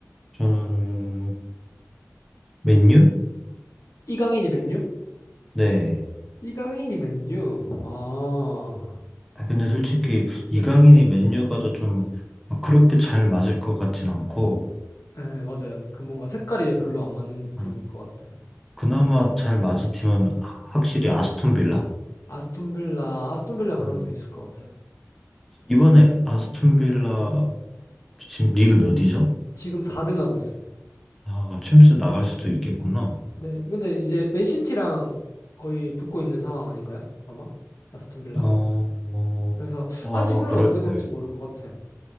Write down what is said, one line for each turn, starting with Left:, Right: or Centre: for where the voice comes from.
Centre: 저는 맨유?
Left: 이강인이 맨유?
Centre: 네.
Left: 이강인이 맨유? 아,
Centre: 아, 근데 솔직히
Left: 네.
Centre: 이강인이 맨유 가도 좀막 그렇게 잘 맞을 것 같진 않고
Left: 네, 맞아요. 그 뭔가 색깔이 별로 안 맞는 느낌일
Centre: 어,
Left: 것 같아요.
Centre: 그나마 잘 맞을 팀은 하- 확실히 아스톤 빌라?
Left: 아스톤빌라, 아스톤빌라 가능성이
Centre: 음.
Left: 있을 것 같아요.
Centre: 이번에 아스톤
Left: 음,
Centre: 빌라 지금 리그 몇이죠?
Left: 지금 4등 하고 있어요.
Centre: 아, 챔스 나갈 수도 있겠구나.
Left: 네. 근데 이제 맨시티랑 거의 붙고 있는 상황 아닌가요? 아마? 아스톤 빌라가?
Centre: 어, 뭐,
Left: 그래서
Centre: 어,
Left: 아직은
Centre: 아마 그럴
Left: 어떻게
Centre: 거예요.
Left: 될지 모를 것 같아요.